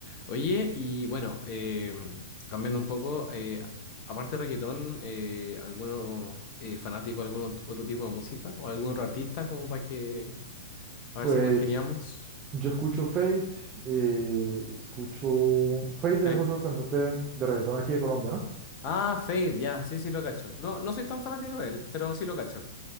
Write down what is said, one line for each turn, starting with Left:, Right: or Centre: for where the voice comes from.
Left: Oye, y bueno, em, cambiando un poco, eh, a- aparte de reggaetón, eh, ¿alguno eh, fanático de algún ot- otro tipo de música? ¿O algún otro artista? Como para que, a ver
Right: Pues
Left: si congeniamos.
Right: Yo escucho Fate, eh, escucho... Fate
Left: Fe-
Right: es otro cantante de reggaetón aquí de Colombia, ¿no?
Left: ah, Fade, ya, sí, sí lo cacho. No, no soy tan fanático de él, pero sí lo cacho.